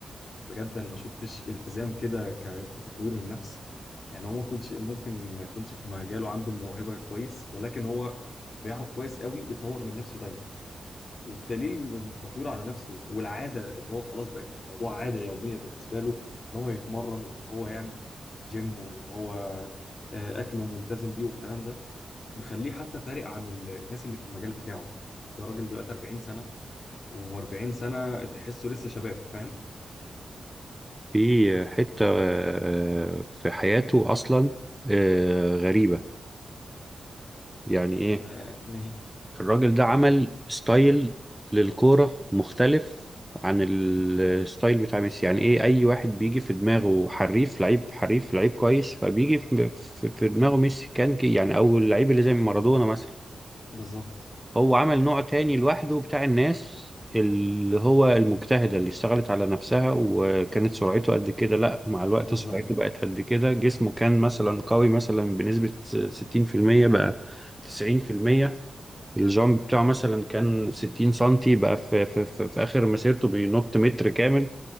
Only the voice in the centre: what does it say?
في حته آه، في حياته اصلا آه، غريبه يعني ايه
الراجل ده عمل ستايل للكورة مختلف عن الستايل بتاع ميسي يعني ايه اي واحد بيجي في دماغه حريف لعيب حريف لعيب كويس فبيجي في في- في دماغه ميسي كان كي يعني او اللعيب اللي زي مارادونا مثلا
هو عمل نوع تاني لوحده بتاع الناس اللي هو المجتهدة اللي اشتغلت على نفسها وكانت سرعته قد كده لا مع الوقت
سرعته بقت قد كده جسمه كان مثلا قوي مثلا بنسبة 60% بقى 90% الجامب بتاعه مثلا كان 60 سنتي بقى في, في, في, في آخر مسيرته بينط متر كامل